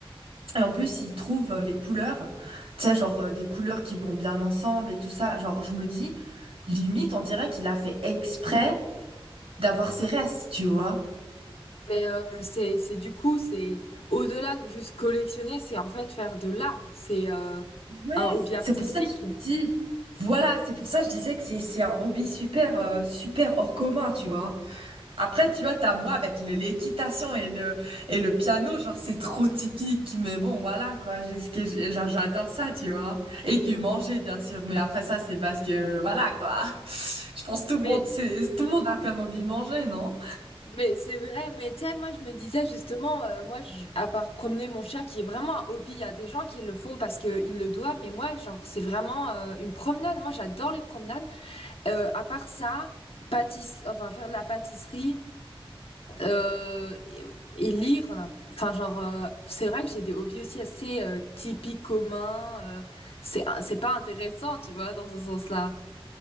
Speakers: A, on the right; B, on the left.
A: et en plus, il trouve euh, les couleurs, tu sais, genre euh, des couleurs qui vont bien ensemble et tout ça. Genre, je me dis, limite, on dirait qu'il a fait exprès d'avoir ses restes, tu vois.
B: Mais euh, c'est, c'est du coup, c'est au-delà de juste collectionner, c'est en fait faire de l'art. C'est euh,
A: Ouais,
B: un hobby artistique.
A: c'est pour ça que je me dis, voilà, c'est pour ça que je disais que c'est c'est un hobby super euh, super hors commun, tu vois. Après, tu vois, t'as moi avec le- l'équitation et le et le piano, genre c'est trop typique, mais bon, voilà quoi, j'ai ce que j'ai- genre, j'adore ça, tu vois. Et puis manger bien sûr, mais après ça c'est parce que voilà quoi. <laughs> Je pense que tout le
B: Mais
A: monde c'est tout le monde a comme hobby manger, non?
B: Mais c'est vrai, mais tu sais, moi je me disais justement, euh, moi je- à part promener mon chien qui est vraiment un hobby, il y a des gens qui le font parce qu'ils le doivent, mais moi genre c'est vraiment euh, une promenade, moi j'adore les promenades. Euh, à part ça, pâtiss... enfin faire de la pâtisserie euh, et, et lire, enfin genre euh, c'est vrai que j'ai des hobbies aussi assez euh, typiques communs, euh, c'est c'est pas intéressant tu vois dans ce sens-là.